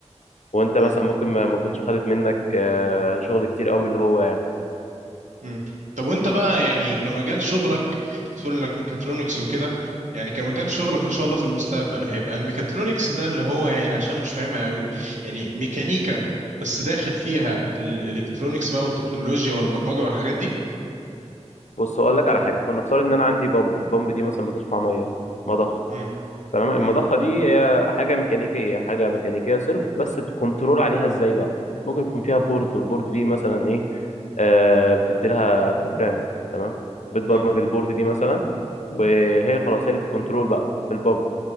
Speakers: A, on the left; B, on the right.
A: وانت مثلا
B: امم
A: ممكن ما ما كنتش خدت منك آه، شغل كتير قوي اللي هو يعني
B: امم طب وانت بقى يعني كمجال شغلك بتقول انك ميكاترونكس وكده يعني كمجال شغلك ان شاء الله في المستقبل هيبقى الميكاترونكس ده اللي هو يعني عشان مش فاهمها قوي يعني ميكانيكا بس داخل فيها الالكترونكس بقى والتكنولوجيا والبرمجة والحاجات دي
A: بص اقول لك على حاجه فلنفترض ان انا عندي بامب البامب دي مثلا بترفع ميه مضخه
B: امم
A: تمام المضخه
B: امم
A: دي هي حاجه ميكانيكيه حاجه ميكانيكيه صرف بس الكنترول عليها ازاي بقى ممكن يكون فيها بورد والبورد دي مثلا ايه آه بتدي لها بروجرامينج تمام بتبرمج
B: امم
A: البورد دي مثلا وهي خلاص هي اللي بتكنترول بقى في البامب